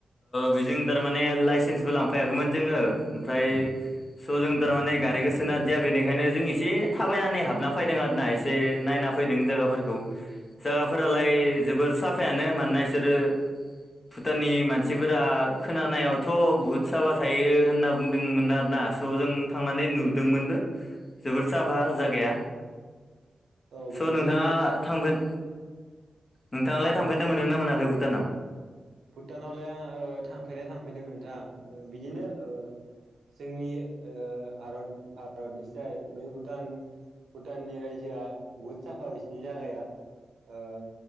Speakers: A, on the left (about 45°); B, on the right (about 80°).
A: जों थारमाने लाइसेन्सबो लांफायाखैमोन जोङो। ओमफ्राय स' जों थारमाने गारिखो गोसो हादिया। बेनिखायनो जों एसे थाबायनानै हाबना फैदों। ना एसे नायना फैदों जायाफोरखौ जागाफोरा लाय जोबोर साफायानो मानोना इसोरो भुटाननि मानसिफोरा खोनानायावथ' बुहुत साफा थायो होनना बुंदोंमोन आरोना। स जों थांनानै नुदोंमोनबो जोबोर साफा जागाया।
B: औ बेनिफ्राय
A: स' नोंथाङा
B: भुटान
A: थांफेर नोंथाङालाय
B: मा होनदों
A: थांफेरनो
B: नोंथां
A: मोनदोंना मोनाखै भुटानाव?
B: भुटानावलाय आं थांफेरा थांफैदों नोंथां आ बिदिनो ओ जोंनि ओ भारत-भारतनिसाय बै भुटान भुटाननि रायजोआ बुहुत साफा बिसिनि जागाया। ओ